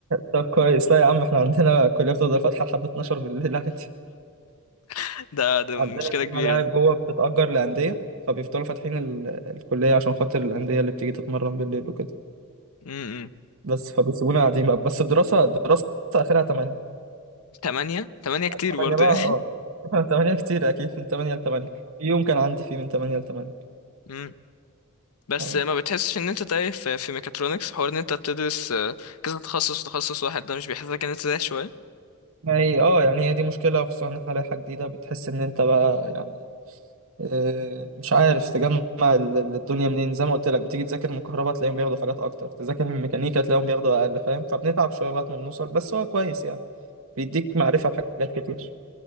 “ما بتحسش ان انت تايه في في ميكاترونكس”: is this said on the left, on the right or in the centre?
Left